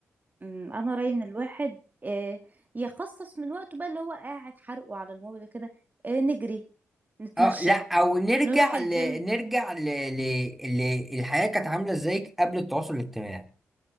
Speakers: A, on the right (about 30°); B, in the centre.
A: أمم، انا رايي ان الواحد آه يخصص من وقته بقى اللي هو قاعد حرقه على الموبايل كده آه نجري نتمشى
B: اه لا او نرجع
A: نروح الجيم
B: ل... نرجع ل... ل... ل... الحياة كانت عاملة ازاي قبل التواصل الاجتماعي